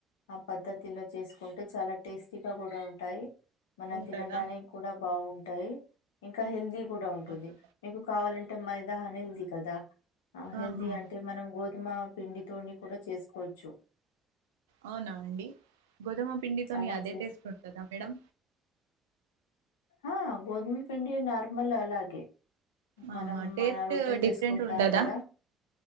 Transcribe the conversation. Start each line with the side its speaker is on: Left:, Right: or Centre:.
Left: ఆ పద్ధత్ చేస్కుంటే చాలా టేస్టీగా కూడా ఉంటాయి మనం
Right: ఉంటదా
Left: తినడానికి కూడా బాగుం టాయి ఇంకా హెల్దీ కూడా ఉంటుంది.
Right: అవునా
Left: మీకు కావాలంటే మైదా హనీ ఉంది కదా ఆ హెల్దీ
Right: ఆహా
Left: అంటే మనం గోధుమ పిండితోని కూడ చేస్కోవచ్చు.
Right: అవునా అండి గోధుమ పిండితోని
Left: అలా
Right: అదే
Left: చేసి
Right: టేస్ట్ ఉంటదా మేడం
Left: ఆ గోధుమ పిండి నార్మల్ అలాగే మనం
Right: ఆహా టేస్ట్
Left: మన రొట్టెల్ తీస్కుంటాం
Right: డిఫరెంట్ ఉండదా
Left: కదా